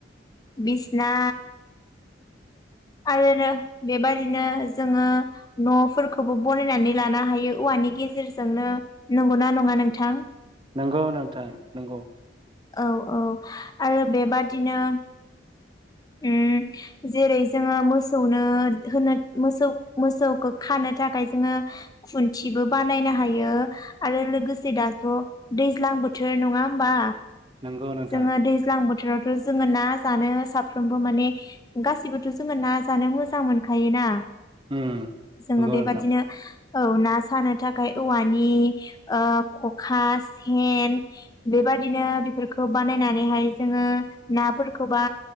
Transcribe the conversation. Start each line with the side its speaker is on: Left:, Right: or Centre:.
Left: बिसना आरोनो बेबायदिनो जोङो न'फोरखौबो बनायनानै लानो हा हायो औवानि गेजेरजोंनो नंगौना नङा नोंथां
Right: नंगौ नोंथां नंगौ
Left: औ औ आरो बेबादिनो ओम जेरै जोङो मोसौनो होनो मोसौ मोसौखौ खानो थाखाय जोङो खुन्थिबो बानायनो हायो आरो लोगोसे दाथ' दैज्लां ज्लां बोथोर नङा होमबा
Right: नंगौ नोंथां
Left: जोङो दैज्लां बोथ थोरावथ जों ना जानो साफ्रोमबो माने गासैबोर जों ना जानो जानो मोजां मोनखायो ना
Right: उम
Left: जोङो
Right: नंगौ
Left: बेबादिनो
Right: नोंथां
Left: औ ना सानो थाखाय औवानि ओ खखा सेन बेबा बादिनो बेफोर खौ बानायनानैहाय जोङो नाफोरखौ बा